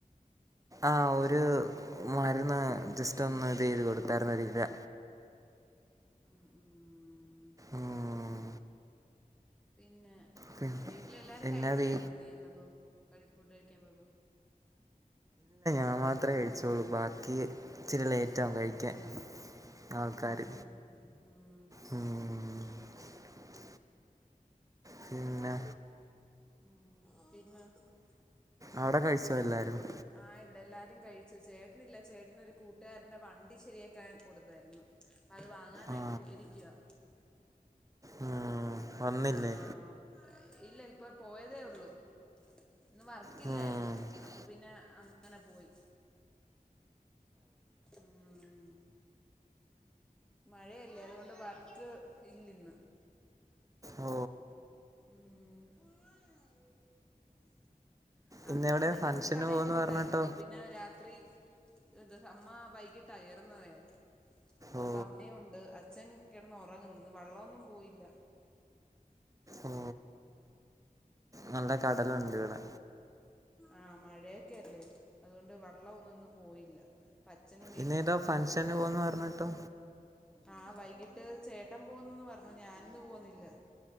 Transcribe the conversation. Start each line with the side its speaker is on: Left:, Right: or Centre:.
Right: ആഹ് ഒരു മരുന്ന് ജസ്‌റ്റൊന്ന് തൈതികൊണ്ട്തളര്ന്നു ത് ല്ലാ
Centre: ഉം ഉം.
Right: ഉം
Centre: പിന്നെ
Right: പി
Centre: അ വീട്ടിലേല്ലാരും
Right: പിന്നെ
Centre: കഴിച്ചാര്ന്നോ
Right: വീ
Centre: നീ ചെന്നപ്പം കഴിക് ഫുഡ് കഴിക്കാൻ പോയോപ്പോ
Right: ഞാ മാത്രകഴിക് ച്ച്ളു ബാക്കി ഇച്ചിരി ലേറ്റവും
Centre: ഉം കൊത്തി
Right: കഴിക്കാൻ ആൾക്കാര്.
Centre: ഉം ഉം ഉം
Right: <unintelligible> പിന്നെ
Centre: ഉം പിന്നെ <inaudible>
Right: അവടെ കഴിച്ചോ എല്ലാരും? ഹ
Centre: ആഹ് ഇവടെ എല്ലായും കഴിച്ചു. ചേട്ടനില്ലാ ചേട്ടന് ഒരു കൂട്ടുകാന്റെ വണ്ടി ശരിയാക്കാൻ കൊട്ത്താര്ന്നു. അത് വാങ്ങാനായിട്ട്
Right: ആ
Centre: പോയിരിക്കുവ്യാ.
Right: ഉം വന്നില്ലേ
Centre: ആഹ് ഇല്ല ഇപ്പോ പ്പോയതെള്ളു. ന്ന് വർക്ക്ല്ലാര്
Right: ഓ
Centre: ന്നു അപ്പൊ പിന്നെ അങ്ങനെ പോയി. മ്മ് മഴയല്ലേ അത് കൊണ്ട് വർക്ക് ഇല്ല് ഇന്ന്.
Right: ഓ
Centre: ഉം ഉം <unintelligible> അമ്മ
Right: ഇന്നെവിടെ
Centre: അമ്മക്ക്
Right: ഫംഗ്ഷന്
Centre: ഇന്ന് കടയിൽ
Right: പോന്ന്
Centre: പോണ്ടായിരുന്നു
Right: പറഞ്ഞിട്ടോ
Centre: അപ്പൊ പിന്നെ രാത്രി ഇതന്താ അമ്മ വൈകിട്ടാ റുന്നതേ അതുകൊണ്ട്
Right: ഓ
Centre: അമ്മയുണ്ട് അച് അച്ച്ചൻ കിടന്ന് ഉറങ്ങുന്നുന്ന് വള്ളമൊന്നും പോയില്ല
Right: ഓ നല്ല കടലുണ്ട് ഇവിടെ
Centre: ആഹ് മഴയൊക്കെല്ലേ അതുകൊണ്ട് വള്ളഒന്നും ഇന്ന് പോയില്ല പച്ചനും വീട്ടിലുണ്ട്
Right: ഇന്നേതോ ഫംഗ്ഷന് പോന്ന് പറഞ്ഞിട്ടോ
Centre: ആ വൈ ട്ട് ചേട്ടൻ പോകുന്നുന്ന് പറഞ്ഞു ഞാനിന്ന് പോന്നില്ല